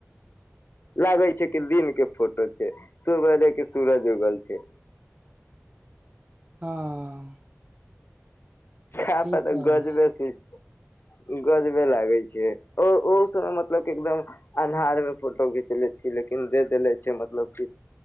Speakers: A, on the left; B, on the right.
A: लागै छै कि दिन के फोटो छै, सुबहरे के सूरज उगल छै।
B: हा।
A: खे
B: ठीक
A: पर त
B: अछि
A: गजबे <unintelligible> गजबे लागै छै, ओ ओहु स मतलब कि एकदम अन्हार मे फोटो घिचले छी लेकिन दे देेले छै मतलब कि